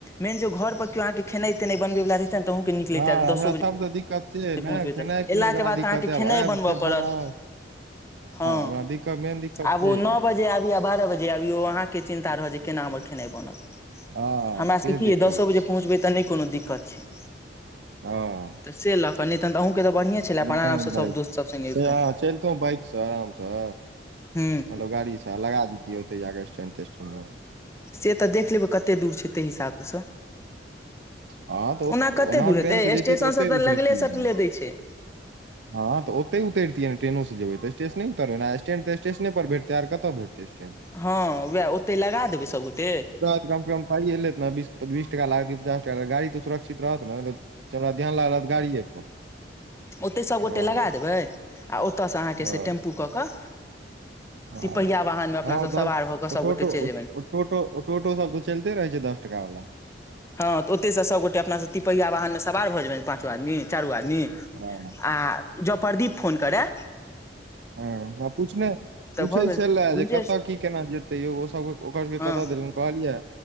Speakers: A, on the left; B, on the right.
A: मेन छै घर पर केयो अहाँ के खेई तेनाई बने वाला रहै छै के निकलैतै
B: हँ हमरा
A: दसो बजे
B: सबसँ दिक्कत अइ
A: से पहुँचबैत
B: ने खेनाइ
A: तऽ
B: पिनाइ
A: अयलाके
B: के हमरा
A: बाद
B: दिक्कत
A: तऽ अहाँकेँ
B: अइ, आब
A: खेनाइ
B: आयब
A: बनबय
B: फेर
A: पड़त
B: बनाउ
A: हँ
B: हमरा दिक्कत मेन दिक्कत
A: आब
B: से
A: ओ नओ
B: अइ
A: बजे आब अबैा बारह बजे अबियौ अहाँके चिन्ता रहत जे केना हमर खेनाइ बनते
B: हँ
A: हमरा
B: से
A: सबके की
B: दिक्कत
A: दसो बजे
B: छै
A: पहुँचबै तऽ नहि कोनो दिक्कत छै
B: हँ
A: तऽ से लऽ कऽ नहि तहन तऽ अहूँके तऽ बढ़िएँ छलए
B: चत
A: अपन आरामसँ सभ दोस्तसभ सङ्गे अबितहुँ
B: चलतै बाइक आरामसँ
A: हू
B: मतलब गाड़ी से लगा देति ओते जाके स्टैंड तेस्टैंड मे
A: से तऽ देख लेबै कते दूर छै ताहि हिसाबसँ
B: हँ तऽ
A: ओना कते दुर हैते
B: ट्रेन से जैतियै
A: स्टेशन
B: तऽ ओते
A: से ते
B: उतरतियै
A: ललगे सटले
B: ने
A: दे छै
B: हँ तऽ ओते उतरतियै ने ट्रेनो जेबै त स्टेशने उतरबै ने स्टैंडऽ स्टेशने पर भेटै आ कतऽ भेटतै स्टैंड
A: हँ उएह ओते लगा देबै सभगोटे
B: कमसँ कम पाइए लेत ने बीस बीस टका लागत पचास टका लाग गाड़ी तऽ सक्षित रहत नेऽ चोड़रा ध्यान लागलत गाड़िए पर
A: ओतहि सभ
B: हँ
A: गोटे लगा देबै आ ओतयसँ अहाँके
B: हँ
A: से टेम्पू को कऽ
B: हँ
A: तीन पिपहिया वाहन में अपना
B: हँ ओ
A: सब
B: दस
A: सवार भऽ क
B: ओ
A: सभगोटे
B: टोटो
A: चेल जेबे
B: ओ टोटो टोटो सब तऽ चलते रहय छै दस टका मे
A: हँ तऽ ओते से सबगोे अपना सब तीन पहिआ वाहन मे सबार भ जेबै पाँचो आदमी चारो आदमी
B: हँ
A: आ जब प्रदीप फोन करैय
B: हँ पूछने पूछै
A: भऽ गेल
B: छलए
A: गुंजेश
B: जे कतय की केना जेतै यौ ओसभ ओकर सबके
A: हँ
B: कतय देलनि कहलिये